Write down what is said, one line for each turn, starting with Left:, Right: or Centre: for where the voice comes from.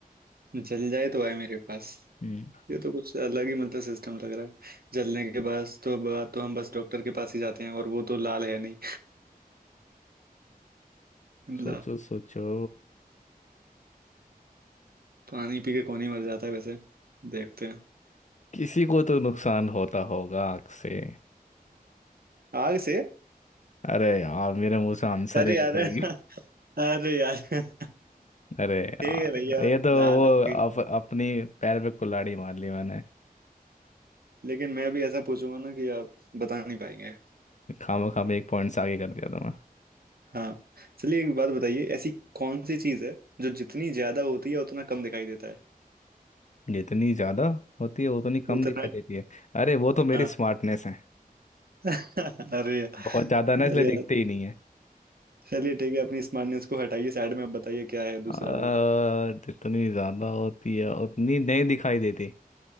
Right: जल जाए तो आए मेरे पास
Left: हम्म
Right: ये तो कुछ अलग ही मतलब सिस्टम लग रहा है जलने के बाद तो बाद तो हम बस डॉक्टर के पास ही जाते हैं और वो तो लाल है नहीं <laughs>
Left: सोचो
Right: लाल
Left: सोचो
Right: पानी पी के कौन ही मर जाता है वैसे देखते हैं
Left: किसी को तो नुकसान होता होगा आग से
Right: आग से
Left: अरे यार मेरे मुंह से आंसर
Right: अरे
Left: ही निकल
Right: यार <laughs> अरे यार <laughs>
Left: अरे यार
Right: ठीक है भैया
Left: ये तो
Right: लाल
Left: वो
Right: आ
Left: अप,
Right: गई
Left: अपनी पैर पे कुल्हाड़ी मार ली मैंने
Right: लेकिन मैं भी ऐसा पूछूंगा ना कि आप बता नहीं पाएंगे
Left: खामा खामा एक पॉइंट से आगे कर दिया था मैं
Right: हाँ चलिए एक बात बताइए ऐसी कौन सी चीज है जो जितनी ज्यादा होती है उतना कम दिखाई देता है
Left: जितनी ज्यादा होती है उतनी कम
Right: उतना
Left: दिखाई देती है अरे वो तो मेरी
Right: हाँ
Left: स्मार्टनेस है
Right: <laughs> अरे
Left: बहुत ज्यादा ना
Right: अरे
Left: इसलिए दिखते ही नहीं है
Right: चलिए ठीक है अपनी स्मार्टनेस को हटाइए साइड में अब बताइए क्या है
Left: आ,
Right: दूसरा वो
Left: जितनी ज्यादा होती है उतनी नहीं दिखाई देती